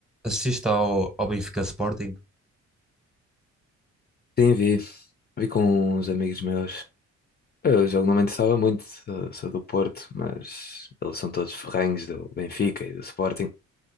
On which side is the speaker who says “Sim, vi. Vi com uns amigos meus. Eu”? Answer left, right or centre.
Left